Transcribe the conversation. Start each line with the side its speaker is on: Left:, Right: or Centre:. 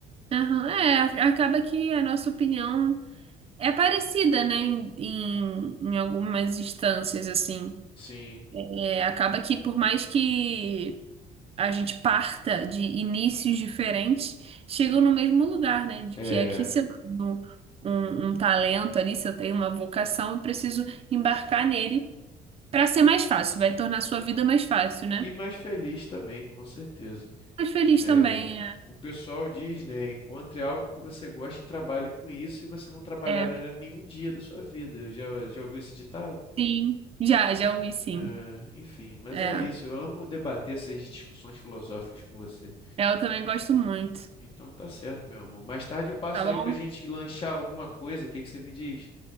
Right: Aham, É, acaba que a nossa opinião é parecida, né, em, em em algumas instâncias, assim.
Left: Sim,
Right: É, acaba que por mais que a gente parta de inícios diferentes, chegam no mesmo lugar, né? De
Left: é.
Right: que aqui se eu tenho um, um talento ali, se eu tenho uma vocação, eu preciso embarcar nele para ser mais fácil, vai tornar a sua vida mais fácil, né?
Left: E mais feliz também, com certeza.
Right: Mais feliz
Left: É.
Right: também, né?
Left: O pessoal diz, né? Encontre algo que você goste e trabalhe com isso, e você não trabalhar
Right: É,
Left: em nenhum dia da sua vida. Já, já ouviu esse ditado?
Right: sim. Já, já ouvi sim.
Left: É, enfim, mas
Right: É,
Left: é isso. Eu amo debater essas discussões filosóficas com você.
Right: é, eu também gosto muito.
Left: Então tá certo, meu amor. Mais tarde eu passo
Right: Tá
Left: aí
Right: bom?
Left: pra gente lanchar alguma coisa. O que que você me diz?